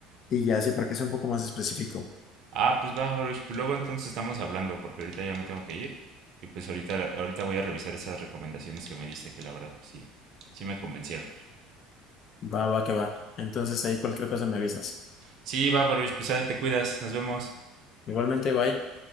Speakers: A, on the left (about 50°); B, on the right (about 60°).
A: y ya así para que sea un poco más específico.
B: Ah, pues va, Baruch, pues luego entonces estamos hablando porque ahorita ya me tengo que ir. Y pues ahorita, ahorita voy a revisar esas recomendaciones que me diste, que la verdad pues sí, sí me convencieron.
A: Va, va, que va. Entonces ahí cualquier cosa me avisas.
B: Sí, va, Baruch, pues ah, te cuidas, nos vemos.
A: Igualmente, bye.